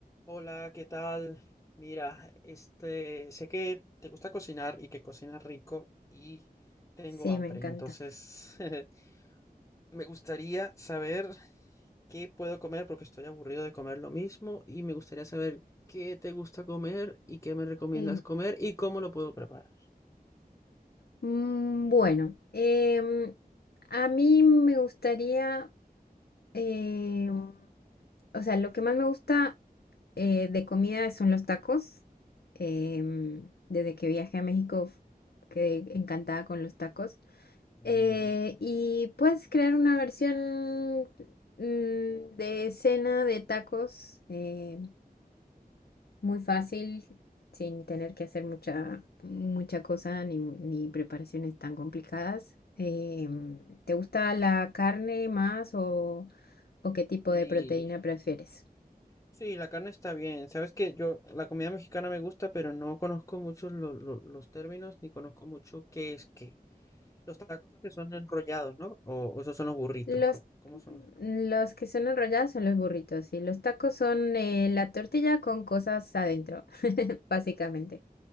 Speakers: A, on the left; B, on the left.
A: Hola, ¿qué tal? Mira, este, sé que te gusta cocinar y que cocinas rico y tengo
B: Sí,
A: hambre,
B: me encanta.
A: entonces <laughs> me gustaría saber qué puedo comer porque estoy aburrido de comer lo mismo y me gustaría saber qué te gusta comer y qué me recomiendas
B: Eh,
A: comer y cómo lo puedo preparar.
B: mm, bueno, em, a mí me gustaría, em, o sea, lo que más me gusta eh, de comida son los tacos. Em, desde que viajé a México f- quedé encantada con los tacos.
A: Mm,
B: Eh, y puedes crear una versión mm, de cena de tacos. eh, Muy fácil, sin tener que hacer mucha, mucha cosa ni, ni preparaciones tan complicadas. Em, ¿te gusta la carne más o, o qué tipo
A: Sí,
B: de proteína prefieres?
A: sí, la carne está bien. Sabes que yo, la comida mexicana me gusta, pero no conozco mucho lo- lo- los términos ni conozco mucho qué es qué. Los tacos que son enrollados, ¿no? O, o esos son los burritos.
B: Los,
A: ¿Cómo, cómo son los?
B: los que son enrollados son los burritos y los tacos son eh, la tortilla con cosas adentro, <laughs> básicamente.